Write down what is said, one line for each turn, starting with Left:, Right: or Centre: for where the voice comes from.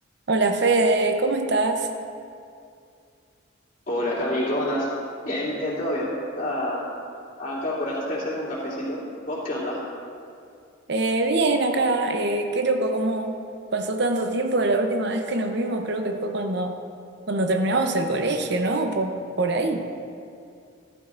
Right: Hola Fede, ¿cómo estás?
Left: Hola Cami, ¿cómo andás? Bien, bien, todo bien. Estaba acá por hacer- hacerme un cafecito. ¿Vos qué onda?
Right: Eh, bien acá, eh, qué loco cómo pasó tanto tiempo de la última vez que nos vimos, creo que fue cuando, cuando terminamos el colegio, ¿no? Por Por, ahí.